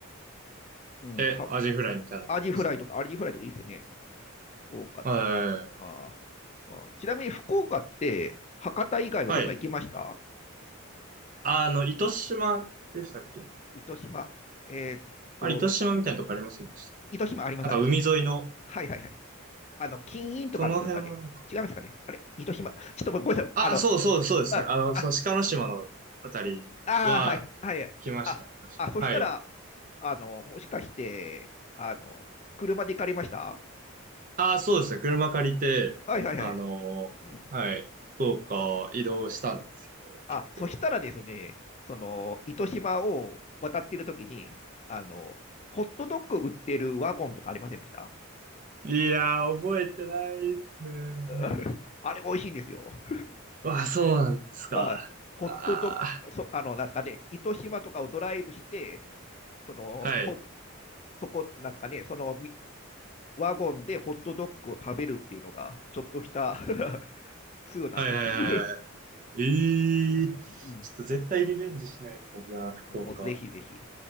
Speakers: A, on the left; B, on the right.
A: うん、
B: え、
A: た
B: アジフライみたいなってことですか
A: アジフライとか、アジフライとかいいですよね。福岡だったら。
B: は
A: あーあーちなみに福岡って、博多以外はどっか行きました
B: い。はい。あの、糸島でしたっけ
A: 糸島。えーっと、
B: あれ、糸島みたいなとこありませんでした
A: 糸島あります、
B: なんか海沿いの、
A: あれ。はいはいはい。あの、金印とかのところですかね。
B: その辺はなんか。
A: 違いますかね。あれ、広島。<laughs> ちょっとごめんなさい。
B: あ、
A: あの、
B: そうそうそうですね。
A: あ、
B: あの、
A: あ、
B: その鹿の島のあたりは行きましたね、
A: あー、はい、はいはい。あ、
B: 確か。
A: あ、そしたら、
B: はい。
A: あの、もしかして、あの、車で行かれました
B: ああ、そうですね。車借りて、
A: はいはいはい。
B: あのーはい、
A: うん。
B: 福岡移動したんですけど、
A: あ、あ、
B: 結構。
A: そしたらですね、その、糸島を渡っているときに、あの、ホットドッグ売ってるワゴンとかありませんでした
B: いやー、覚えてないっすね。
A: うん <laughs> あれ美味しいんですよ。
B: わあ、そうなんですか。
A: はい。ホットドッグ、
B: あ
A: そ、あの、なんですかね、糸島とかをドライブして、その、
B: あ、はい。
A: ホそこ、なんですかね、そのワゴンでホットドッグを食べるっていうのが、ちょっとした <laughs> 通なんですよ。
B: はいはいはいは
A: <laughs>
B: い。ええー、
A: うんうん
B: ちょっと絶対リベンジしないと、じゃあ、福岡。
A: もうぜひぜひ、